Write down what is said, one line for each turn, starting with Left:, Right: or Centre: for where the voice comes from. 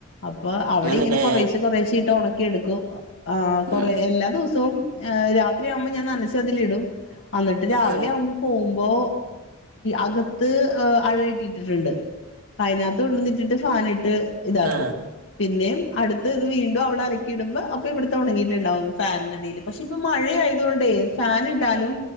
Left: അപ്പൊ അവിടെ
Right: അങ്ങനല്ലേ
Left: ഇങ്ങനെ കൊറേഷെ കൊറേഷെഇട്ട് ഒണക്കിഎടുക്കും. ആ കൊറെ
Right: ഉം.
Left: എല്ലാ ദിവസവും രാത്രിയാവുമ്പോ ഞാൻ നനച്ചതിലിടും. അന്നിട്ട് രാവിലെ
Right: ആ
Left: ആവുമ്പം. പോകുമ്പോ അകത്ത് അഴ കെട്ടി ഇട്ടിട്ടിട്ടുണ്ട്. അപ്പ അയിനാത്ത് കൊണ്ടൊന്നിട്ടിട്ട് ഫാനിട്ട്. ഇതാക്കും
Right: ആ
Left: പിന്നെയും അടുത്ത് ഇത് വീണ്ടും അവിടെ അലക്കിടുമ്പോ അപ്പ് പ്പതിന് ഇവിടത്തെ ഒണങ്ങിയിട്ടുണ്ടാവും ഫാനിന്റടീല് പക്ഷെ ഇപ്പ മഴെ ആയതുകൊണ്ടേ ഫാൻ ഇട്ടാലും.